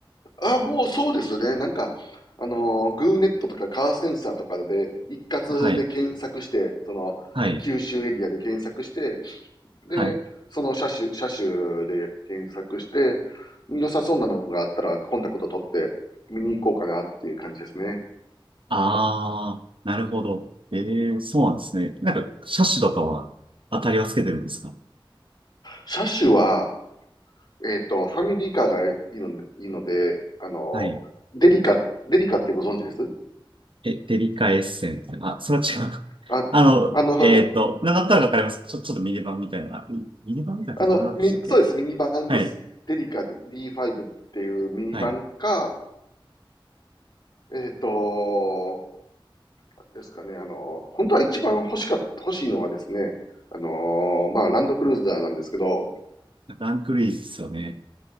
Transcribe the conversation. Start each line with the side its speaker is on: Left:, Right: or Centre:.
Left: ああ、もうそうですね。なんか、あのー、グーネットとかカーセンサーとかで一括で検索して、
Right: はい、
Left: その、
Right: はい、
Left: 九州エリアで検索して、で、
Right: はい。
Left: その車種、車種で検索して、良さそうなのがあったらコンタクト取って見に行こうかなっていう感じですね。
Right: ああ、なるほど。ええ、そうなんですね。なんか、車種とかは当たりはつけてるんですか
Left: 車種は、えっと、ファミリーカーがいいので、いいので、あの、
Right: はい。
Left: デリカ、デリカってご存知です
Right: え、デリカエッセンス。あ、それは違うか。
Left: あ、
Right: <laughs> あの、
Left: あの、
Right: えっと、なんだったらわかります。ちょ、ちょっとミニバンみたいな。あミミニバンみたいなやつどうなったでしたっけ
Left: あの、み、そうです、ミニバンです。
Right: はい。
Left: デリカ D5 っていうミニバンか、
Right: はい。
Left: えっと、ですかね、あの、本当は一番欲しかっ、欲しいのはですね、あの、まあ、ランドクルーザーなんですけど、
Right: ランクルイズですよね。